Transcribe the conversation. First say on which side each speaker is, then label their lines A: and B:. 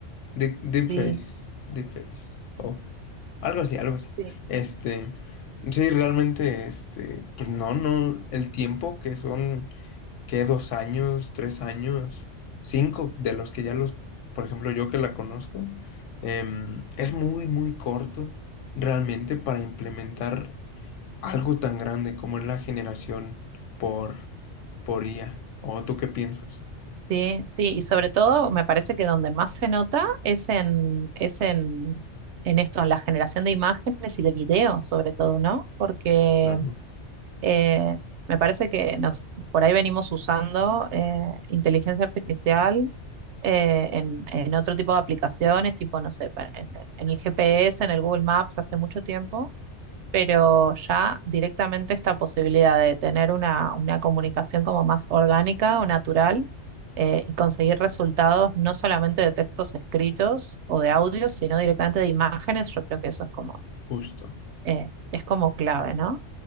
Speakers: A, on the left (about 85°); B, on the right (about 75°).
A: Deep, Deepface,
B: Sí,
A: Deepface, o algo así, algo así.
B: sí,
A: Este, sí, realmente, este, pues no, no, el tiempo que son, que dos años, tres años, cinco de los que ya los, por ejemplo, yo que la conozco, em, es muy, muy corto realmente para implementar algo tan grande como es la generación por, por IA. ¿O tú qué piensas?
B: sí, sí. Y sobre todo, me parece que donde más se nota es en, es en, en esto, en la generación de imágenes y de videos, sobre todo, ¿no? Porque
A: No, no,
B: Eh, me parece que nos, por ahí venimos usando eh, inteligencia artificial eh, en, en otro tipo de aplicaciones, tipo, no sé, pa- en, en- en el GPS, en el Google Maps hace mucho tiempo, pero ya directamente esta posibilidad de tener una, una comunicación como más orgánica o natural eh, y conseguir resultados no solamente de textos escritos o de audios, sino directamente de imágenes, yo creo que eso es como,
A: justo.
B: eh, es como clave, ¿no?